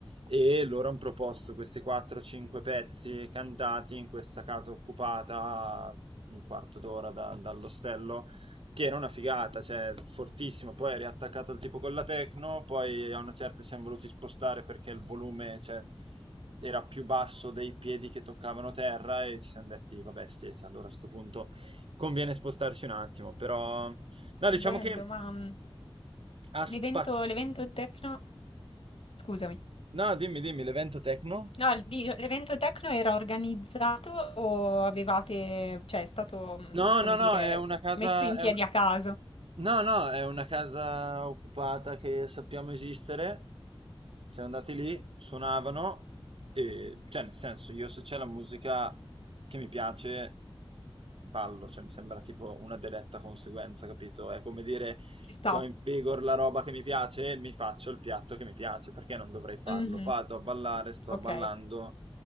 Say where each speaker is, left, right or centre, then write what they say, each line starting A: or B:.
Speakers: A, on the right; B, on the left.
A: e loro hanno proposto questi 4-5 pezzi cantati in questa casa occupata un quarto d'ora da- dall'ostello, che era una figata, cioè fortissimo. Poi è riattaccato il tipo con la techno, poi a una certa ci siamo voluti spostare perché il volume, cioè, era più basso dei piedi che toccavano terra e ci siamo detti, vabbè, sì, sì, allora a sto punto conviene spostarci un attimo, però... No, diciamo
B: bello,
A: che
B: ma mm,
A: ha spazio...
B: l'evento l'evento techno, scusami.
A: No, dimmi, dimmi, l'evento techno?
B: No, il di l'evento techno era organizzato o avevate cioè è stato, mhmm,
A: No,
B: come
A: no,
B: dire,
A: no, è una casa,
B: messo in
A: è
B: piedi
A: un-
B: a caso?
A: no, no, è una casa occupata che sappiamo esistere. Siamo andati lì, suonavano e, cioè, nel senso, io se c'è la musica che mi piace, ballo, cioè mi sembra tipo una diretta conseguenza, capito? È come dire,
B: Ci sta.
A: c'ho in vigor la roba che mi piace, mi faccio il piatto che mi piace, perché non dovrei farlo?
B: Mh-mh.
A: Vado a ballare, sto
B: Okay.
A: ballando,